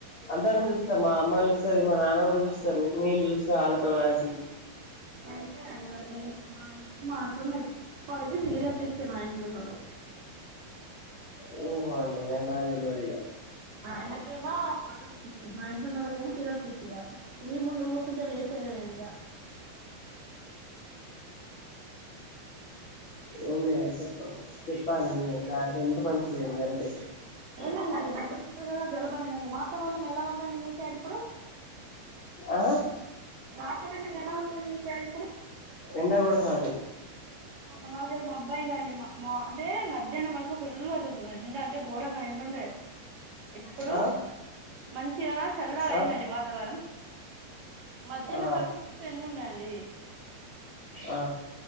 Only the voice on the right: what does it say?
మంచిగా అనివరి మీ ఇంట్లో మా ఇంట్లో మాత్రమే పొరిగి సీరియల్ పిచ్చి మా ఇంటి విన్న రకం
ఆయనక్ ఏమా పాడు కుటిచ్ మా ఇంట ఉన్నోళ్లకి ఏమో సీరియల్ పిచ్చి ఈ ముందు ఊసుకుంటలా వేసే ఇగా
ఏమన్నది జలుబైందండి వాతావరణం ఎలా ఉందండి మీసైడ్ ఇప్పుడు
వాతావరణం ఎలా ఉందండి మీసైడ్ ఇప్పుడు
అవును మా సైడ్ మబ్బైందండి మా మా అంటే మధ్యాహ్నం వరకు ఫుల్ అసలు ఎండ అంటే ఘోరంగా ఎండుండే. ఇప్పుడు
మంచిగా చల్లగా అయిందండి
వాతావరం మధ్యాహ్నం
వరకు మస్తు ఎండుండే అండీ